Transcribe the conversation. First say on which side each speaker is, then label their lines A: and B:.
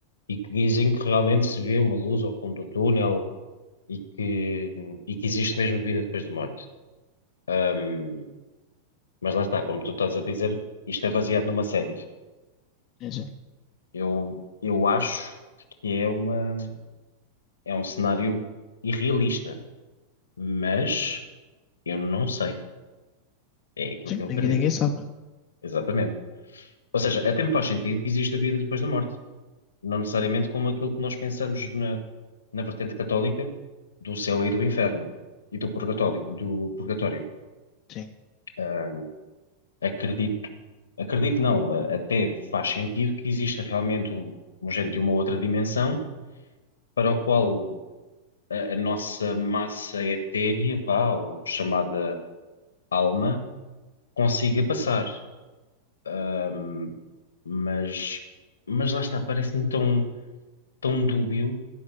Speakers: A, on the left (about 70°); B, on the left (about 35°).
A: e que dizem que realmente se vê uma luz ao fundo do túnel e que, e que existe mesmo vida depois da morte. Hum, mas lá está, como tu estás a dizer, isto é baseado numa série.
B: eh, Sim, sim.
A: Eu, eu acho que é uma, é um cenário irrealista. mas eu não sei. É aquilo
B: Sim,
A: que eu acredito.
B: ninguém, ninguém sabe, né?
A: Exatamente. Ou seja, até me faz sentido que existe a vida depois da morte. Não necessariamente como aquilo que nós pensamos na, na vertente católica do céu e do inferno e do purgatório, do purgatório.
B: Sim,
A: Hum, Acredito, acredito não, a- até faz sentido que exista realmente um, um género de uma outra dimensão para o qual a, a nossa massa etérea, vá, ou chamada alma, consiga passar. Ahm, mas, mas lá está, parece-me tão, tão dúbio